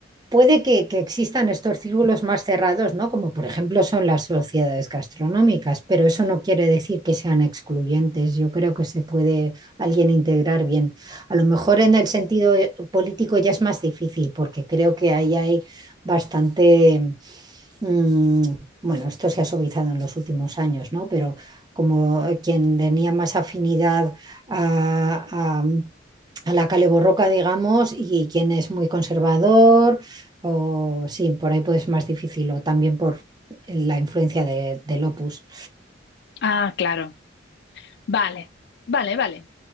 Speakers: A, on the right (about 20°); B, on the left (about 60°).
A: puede que, que existan estos círculos más cerrados, ¿no? Como por ejemplo son las sociedades gastronómicas, pero eso no quiere decir que sean excluyentes. Yo creo que se puede alguien integrar bien. A lo mejor en el sentido eh, político ya es más difícil, porque creo que ahí hay bastante, mm, bueno, esto se ha suavizado en los últimos años, ¿no? Pero como quien tenía más afinidad a a- a la caleborroca, digamos, y quien es muy conservador, o sí, por ahí puede ser más difícil, o también por la influencia de, del opus.
B: Ah, claro. Vale, vale, vale.